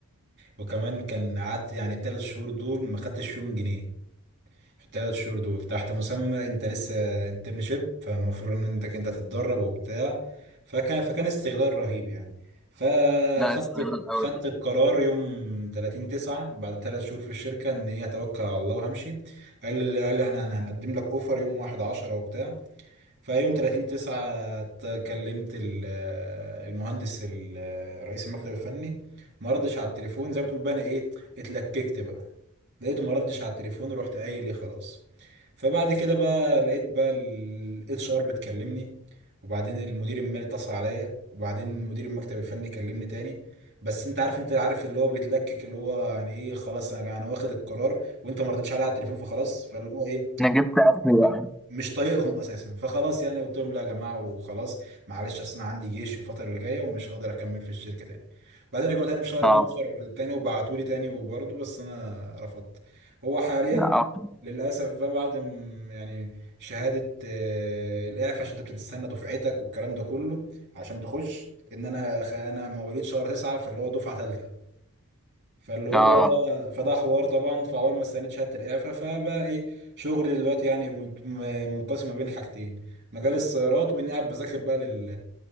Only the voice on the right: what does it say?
وكمان كان قعدت يعني الثلاث شهور دول ما خدتش فيهم جنيه في الثلاث شهور دول تحت مسمى انت لسه انترنشيب فالمفروض ان انت انت تتدرب وبتاع فكان فكان استغلال رهيب يعني فخدت
خدت القرار يوم 30 9 بعد ثلاث شهور في الشركة ان ايه هتوكل على الله وهمشي قال قال احنا هن- هنقدم لك اوفر يوم 1 10 وبتاع فيوم 30 9 كلمت ال- المهندس ال- رئيس المكتب الفني ما ردش على التليفون زي ما تقول بقى انا ايه اتلككت بقى لقيته ما ردش على التليفون ورحت قايل ايه خلاص فبعد كده بقى لقيت بقى الاتش ار بتكلمني وبعدين المدير المالي اتصل عليا وبعدين مدير المكتب الفني كلمني تاني بس انت عارف انت عارف اللي هو بيتلكك اللي هو يعني ايه خلاص انا انا واخد القرار وانت ما ردتش عليا على التليفون فخلاص فاللي هو ايه
مش طايقهم اساسا فخلاص يعني قلت لهم لا يا جماعه وخلاص معلش اصل انا عندي جيش الفتره اللي جايه ومش هقدر اكمل في الشركه تاني بعدين رجعوا تاني في شهر
12 تاني وبعتوا لي تاني وبرضه بس انا رفضت هو حاليا
للاسف بقى بعد م- يعني شهاده آه، الاعفاء عشان انت بتستنى دفعتك والكلام ده كله عشان تخش ان انا خ- انا مواليد شهر 9 فاللي هو دفعه ثالثه فاللي هو
ده فده حوار طبعا فاول ما استنيت شهاده الإعفاء فبقى ايه شغلي دلوقتي يعني مت- م- منقسم ما بين حاجتين مجال السيارات واني قاعد بذاكر بقى لل